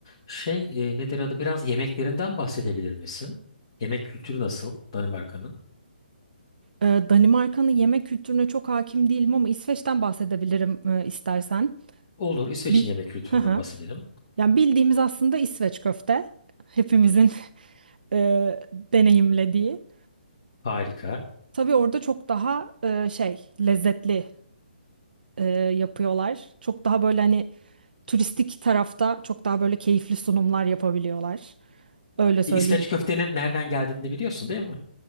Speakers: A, on the left (about 25°); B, on the right (about 60°).
A: Şey, e, nedir adı? Biraz yemeklerinden bahsedebilir misin? Yemek kültürü nasıl Danimarka'nın?
B: Ee, Danimarka'nın yemek kültürüne çok hakim değilim ama İsveç'ten bahsedebilirim e, istersen.
A: Olur, İsveç'in
B: Bil
A: yemek kültüründen
B: Hı hı.
A: bahsedelim.
B: Yani bildiğimiz aslında İsveç köfte. Hepimizin <laughs> e, deneyimlediği.
A: Harika.
B: Tabii orada çok daha e, şey lezzetli e, yapıyorlar. Çok daha böyle hani turistik tarafta çok daha böyle keyifli sunumlar yapabiliyorlar. Öyle söyleyeyim.
A: E, İsveç köftenin nereden geldiğini biliyorsun, değil mi?